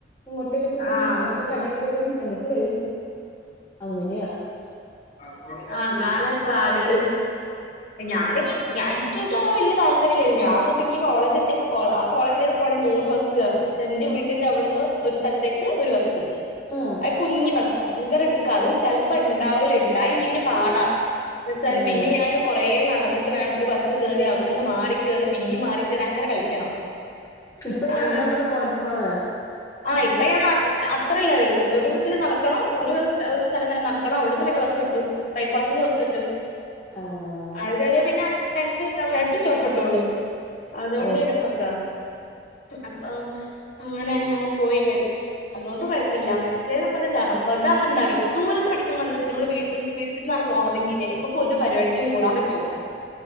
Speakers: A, on the left; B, on the left.
A: എങ്ങോട്ടേലൊക്കെ പോവും.
B: ആഹ്
A: എന്നിട്ട് കട കേറും. എന്നിട്ട് വരും അങ്ങനെയാ
B: അഹ് അതാണ് പാട് ഞാന് ഞാൻ ഇൻക്കങ്ങനെ വല്യ താല്പര്യംല്ല ഞാൻ എന്നിട്ടക്ക് കോളേജ് എത്തിയപ്പോ ആ കോളേജിലേക്ക് പോണ മൂന്ന് ബസ് ബസ് കേറണം എന്റെ വീട്ടിന്റെ അവിടെന്ന് ഒരു സ്ഥലത്തേക്ക് ഒരു ബസ്സ്
A: ആഹ്
B: കുഞ്ഞി ബസ്സ. ഭയങ്കര എടുക്ക അത് ചെലപ്പോ ഇണ്ടാവൂല ഇണ്ടായില്ലെങ്കി പാടാ എന്ന് വെച്ചാല്
A: ആഹ്
B: പിന്നെ ഞാന് കൊറേ നടന്നിട്ട് വേണം ഒരു ബസ് കേറി അവിടുന്ന് മാറി കേറി പിന്നിം മാറി അങ്ങെന കളിക്കണം
A: ഇപ്പൊ
B: ആ
A: നടന്നാണ്ട് കോളേജി പോണെ
B: ആഹ് ഇപ്പൊ ഞാൻ അത്രല്ല ഒരു ഇതില് നടക്കണോ ഒരു <unintelligible> ഒരു സ്ഥലം വരെ നടക്കണം. അവിട്ന്ന് പിന്നെ ബസ് ഇട്ടും. ബൈപ്പാസിന്ന് ബസ് ഇട്ടും.
A: ആഹ്
B: അത് കേറ്യ പിന്നെ രണ്ട് രണ്ട് സ്റ്റോപ്പ് ട്ടൊള്ളൂ. അതോണ്ടന്നെ
A: ഓ
B: സൗതാ അപ്പം. അങ്ങനെ അങ്ങനെ പോയി വെരും. അതോണ്ട് കൊഴപ്പല്ല മറ്റേ നമുക്ക് ചടപ്പറതാകുമ്പോ എന്ത ദൂരത്ത് പഠിക്കുമ്പോ എന്ത ന വീട്ട നിന്നാണ് പോണതെങ്കില് ഒരു പരിപാടിക്കും കൂടാൻ പറ്റൂല